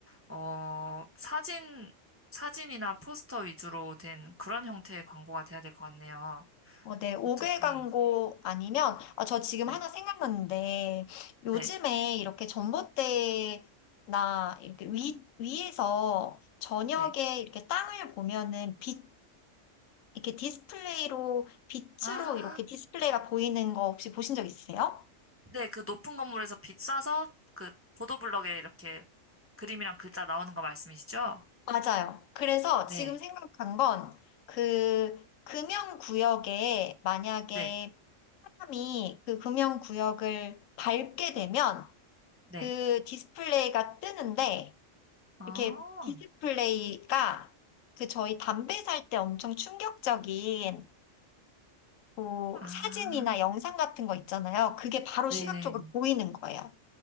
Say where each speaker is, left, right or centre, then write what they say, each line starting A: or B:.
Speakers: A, on the right; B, on the left.
A: 어, 사진, 사진이나 포스터 위주로 된 그런 형태의 광고가 돼야 될 것 같네요.
B: 어, 네, 옥개
A: 어차피,
B: 광고 아니면, 아, 저 지금
A: 네,
B: 하나 생각났는데, 요즘에
A: 네,
B: 이렇게 전봇대나 이렇게 위, 위에서 저녁에
A: 네.
B: 이렇게 땅을 보면은 빛, 이렇게 디스플레이로, 빛으로
A: 아,
B: 이렇게 디스플레이가 보이는 거 혹시 보신 적 있으세요?
A: 네. 그 높은 건물에서 빛 쏴서 그 보도블럭에 이렇게 그림이랑 글자 나오는 거 말씀이시죠?
B: 맞아요. 그래서
A: 네,
B: 지금 생각한 건, 그, 금연구역에 만약에
A: 네,
B: 사람이 그 금연구역을 밟게 되면,
A: 네.
B: 그 디스플레이가 뜨는데
A: 아,
B: 이렇게 디스플레이가 그 저희 담배 살 때 엄청 충격적인 뭐
A: 아,
B: 사진이나 영상 같은 거 있잖아요. 그게 바로
A: 네.
B: 시각적으로 보이는 거예요.